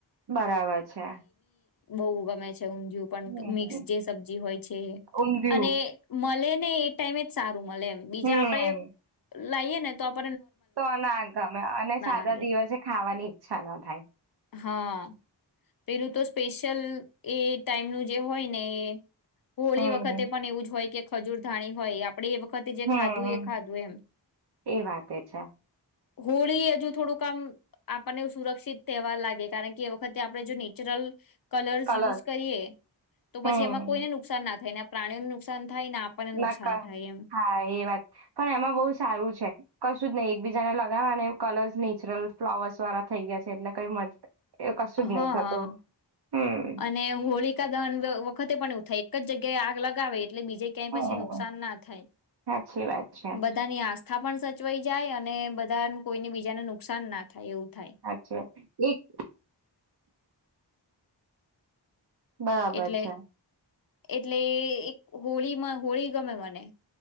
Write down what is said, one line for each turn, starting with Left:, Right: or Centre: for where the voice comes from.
Right: બરાબર છે.
Left: બવ ગમે છે. ઊંધિયું પણ
Right: હમ
Left: મિક્સ જે સબજી હોય છે એ
Right: ઊંધિયું
Left: અને મલે ને એ ટાઈમે જ સા મળે એમ. બીજા
Right: હમ
Left: આપડે લાઈએ ને તો આમ
Right: તો ના ગમે અને સાદા
Left: લાગે
Right: દિવસે ખાવાની ઈચ્છા ના થાય.
Left: હા પેલું તો સ્પેશિયલ એ ટાઈમનું જે હોય ને એ હોળી
Right: હમ
Left: વખતે પણ એવું જ હોય કે ખજૂર ધાણી હોય આપણે એ વખતે જે
Right: હમ
Left: ખાધું એ ખાધું એમ.
Right: એ વાતે છે
Left: હોળી હજુ થોડુંક આામ આપણને એ સુરક્ષિત તેહવાર લાગે કારણ કે એ વખત આપડે જે નેચરલ કલર્સ
Right: કલર
Left: યુઝ કરીએ તો
Right: હમ
Left: પછી એમાં કોઈને નુકસાન ના થાયને પ્રણીઓ નુકસાન થાય ને આપણને નુકસાન
Right: ના કા
Left: થાય એમ
Right: હા એ વાત પણ એમાં બહુ સારું છે કશું.. કશું જ નહિ એકબીજાને લગાવવા અને કલર્સ નેચરલ ફ્લોવર્સ વાળા થઈ ગયા છે એટલે કઈ મજા.. એ કશું જ
Left: હા
Right: નહી થતું હમ
Left: અને હોળિકા દન વખતે પણ એવું થઈ જગ્યા આગ લગાવ.. એટલે બીજે ક્યાંય
Right: હમ
Left: પછી નુકસાન ના થાય
Right: સાચી વાત છે
Left: બધાની આસ.. માથા પણ સચવાઈ જાય અને બધા કોઈને બીજાને નુકસાન ના થાય એવું. થાય
Right: સાચે એક.. બરાબર
Left: એટલે
Right: છે.
Left: એટલે એ.. એક હોળીમાં હોળી ગમે મને